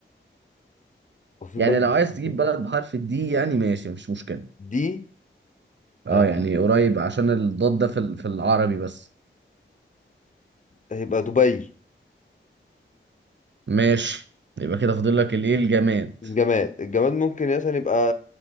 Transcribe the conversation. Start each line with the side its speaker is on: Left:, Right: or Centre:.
Right: <laughs>
Left: وفي بلد
Right: يعني
Left: بحرف
Right: لو عايز
Left: الضاد
Right: تجيب بلد بحرف الدي يعني ماشي مفيش مشكلة
Left: دي
Right: اه
Left: آه،
Right: يعني قريب عشان الضاد ده في ال- في العربي بس
Left: هيبقى دبي
Right: ماشي يبقى كده فاضل لك الايه الجماد
Left: الجماد الجماد ممكن مثلا يبقى